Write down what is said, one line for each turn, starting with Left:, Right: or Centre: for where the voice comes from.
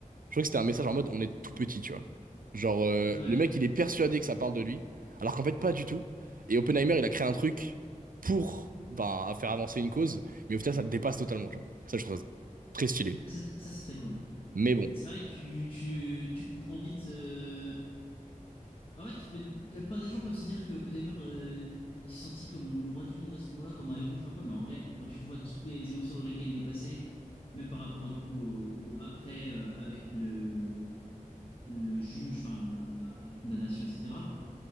Right: Je crois que c'était un message en mode on est tout petit, tu vois. Genre, euh,
Left: Ouais.
Right: le mec, il est persuadé que ça parle de lui, alors qu'en fait, pas du tout. Et Oppenheimer, il a créé un truc pour bah, faire avancer une cause, mais au final, ça te dépasse totalement, tu vois. Ça, je trouve ça très stylé.
Left: Ça, c'est tr- ça, c'est très cool.
Right: Mais bon,
Left: C'est vrai que tu, tu, tu comprends vite. euh, En fait, tu peux... la plupart des gens peuvent se dire que Oppenheimer, euh, il s'est senti comme le roi du monde à ce moment-là, comme un héros, je sais pas quoi, mais en vrai, quand tu vois toutes les émotions dans lesquelles il est passé, même par rapport du coup au, au après euh, avec le, le juge, enfin la condamnation, etc.,